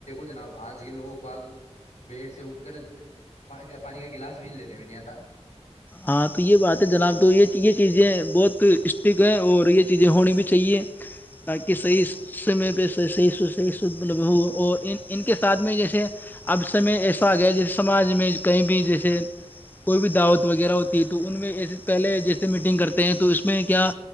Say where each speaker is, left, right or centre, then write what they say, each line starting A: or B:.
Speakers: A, on the left; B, on the left.
A: جناب اج یہ لوگ باز دیر سے اٹھ کر پانی کا گلاس بھیج لینے بھی نہیں اتا
B: ہاں تو یہ بات ہے جناب تو یہ چیزیں ہیں بہت اسٹک ہے اور یہ چیزیں ہونی بھی چاہیے تاکہ صحیح اس سمے پہ صحیح سے لگا ہوا ہوں اور ان کے ساتھ میں جیسے اب سے میں ایسا ا گیا جیسے سماج میں کہیں بھی جیسے کوئی بھی دعوت وغیرہ ہوتی ہے تو ان میں سے پہلے جیسے میٹنگ کرتے ہیں تو اس میں کیا